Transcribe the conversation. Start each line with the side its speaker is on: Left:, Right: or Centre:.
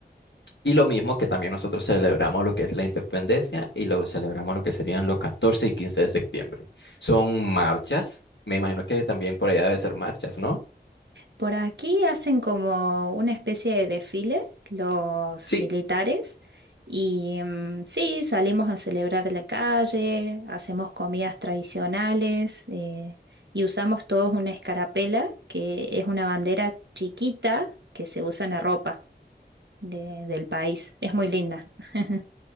Left: Y lo mismo que también nosotros celebramos lo que es la independencia y lo celebramos lo que serían los 14 y 15 de septiembre. Son marchas, me imagino que también por allá debe ser marchas, ¿no?
Right: Por aquí hacen como una especie de desfile los
Left: Sí,
Right: militares y mm, sí, salimos a celebrar en la calle, hacemos comidas tradicionales eh, y usamos todos una escarapela, que es una bandera chiquita que se usa en la ropa de- del país. Es muy linda. <laughs>